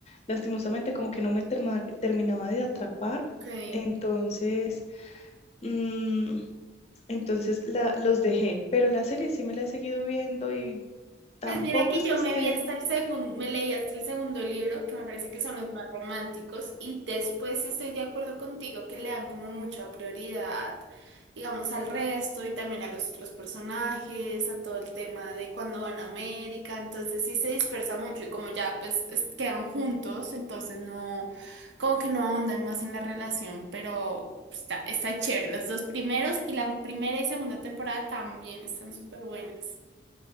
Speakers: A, on the left (about 35°); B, on the right (about 70°).
A: lastimosamente como que no me terma- terminaba de atrapar.
B: ok.
A: Entonces, mm, entonces la- los dejé, pero la serie sí me la he seguido viendo y tampoco
B: Pues mira que
A: es
B: yo
A: que esté...
B: me vi hasta el segundo, me leí hasta el segundo libro, que me parece que son los más románticos, y después sí estoy de acuerdo contigo que le dan como mucha prioridad, digamos, al resto y también a los otros personajes, a todo el tema de cuando van a América, entonces sí se dispersa mucho y como ya pues es- quedan juntos, entonces no, como que no ahondan más en la relación, pero está, está chévere, los dos primeros y la primera y segunda temporada también están súper buenas.